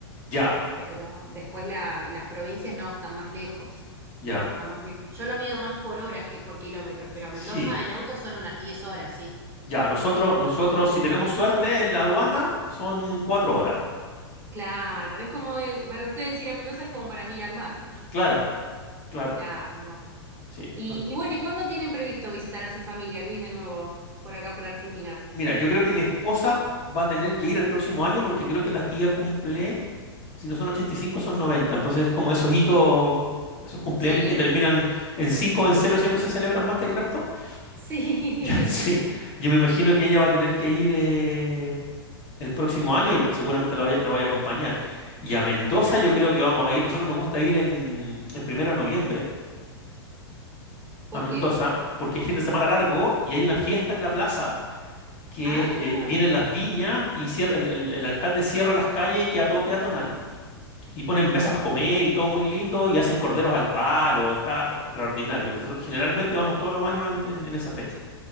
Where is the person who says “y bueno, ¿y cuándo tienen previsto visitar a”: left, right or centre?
Right